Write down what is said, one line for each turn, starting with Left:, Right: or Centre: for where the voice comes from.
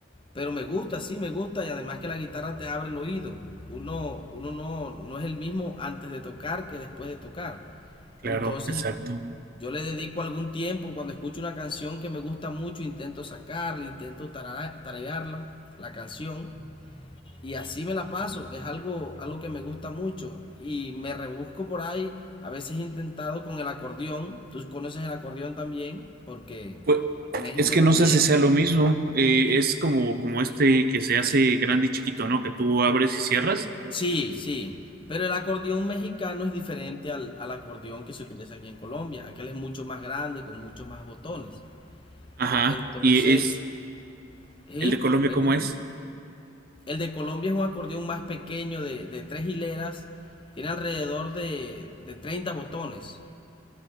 Left: Pero me gusta, sí, me gusta y además que la guitarra te abre el oído. Uno, uno no, no es el mismo antes de tocar que después de tocar.
Right: Claro,
Left: Entonces,
Right: exacto.
Left: yo le dedico algún tiempo, cuando escucho una canción que me gusta mucho, intento sacarla, intento tarara- tararearla, la canción, y así me la paso. Es algo, algo que me gusta mucho y me rebusco por ahí. A veces he intentado con el acordeón, tú conoces el acordeón también, porque en
Right: Pues
Left: México
Right: es que
Left: también
Right: no sé si sea lo mismo. eh, es como, como este que se hace grande y chiquito, ¿no? Que tú abres y cierras.
Left: Sí, sí, pero el acordeón mexicano es diferente al, al acordeón que se utiliza aquí en Colombia. Aquel es mucho más grande, con muchos más botones.
Right: Ajá.
Left: Entonces,
Right: Y es
Left: ¿sí?
Right: el de Colombia,
Left: Pregunta.
Right: ¿cómo es?
Left: El de Colombia es un acordeón más pequeño de, de tres hileras, tiene alrededor de, de 30 botones.